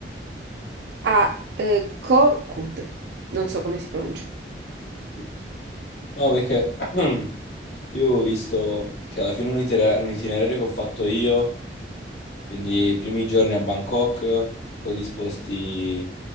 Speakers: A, on the right; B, on the left.
A: ah, eh, Ko Kud. Non so come si pronuncia.
B: Tutto. No, perché <clears throat> io avevo visto che alla fine un itera- un itinerario che ho fatto io, quindi i primi giorni a Bangkok, poi ti sposti